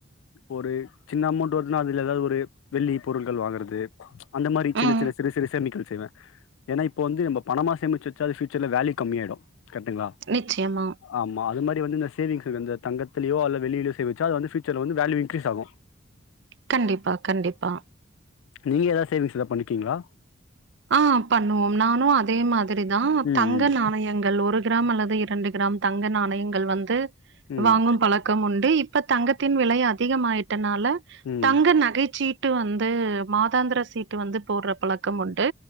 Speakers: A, on the left; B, on the right.
A: ஒரு சின்ன அமௌண்ட் வருதுன்னா அதுல எதாவது ஒரு வெள்ளி பொருள்கள் வாங்குறது அந்த மாரி சின்ன
B: ம்.
A: சின்ன சிறு சிறு சேமிக்கள் செய் வ ஏன்னா இப்போ வந்து நம்ப பணமா சேமிச்சு வச் சாரி ஃபியுச்சர்ல வேல்யு கம்மி ஆயிடு கரெட்டுங்ளா
B: நிச்சயமா.
A: ஆமா அது மாரி வந்து இந்த சேவிங்ஸ் வந்து தங்கத்துலயோ அல்ல வெள்ளியிலயோ சேவிச்சா அது வந்து ஃபியூச்சர்ல வந்து வேல்யூ இன்க்ரீஸ் ஆகு
B: கண்டிப்பா கண்டிப்பா
A: நீங்க ஏதாது சேவிங்ஸ் ஏத பண்ணிக்கீங்ளா
B: ஆ பண்ணுவோம் நானு அதே மாதிரிதா
A: ம்,
B: தங்க
A: ம்.
B: நாணயங்கள் ஒரு கிராம் அல்லது இரண்டு கிராம் தங்க நாணயங்கள் வந்து
A: ம்.
B: வாங்கும் பழக்கம் உண்டு இப் ப தங்கத்தின் விலை அதிகமாயிட்டனால
A: ம்.
B: தங்க நகைச்சீட் டு வந்து மாதாந்திர சீட்டு வந்து போட்ற பழக்கம் உண்டு